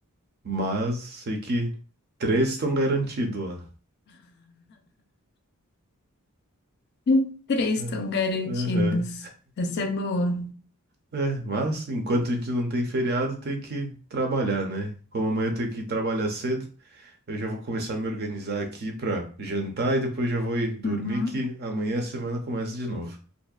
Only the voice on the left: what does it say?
<laughs> Três
estão garantidos.
Essa é boa.
Uhum.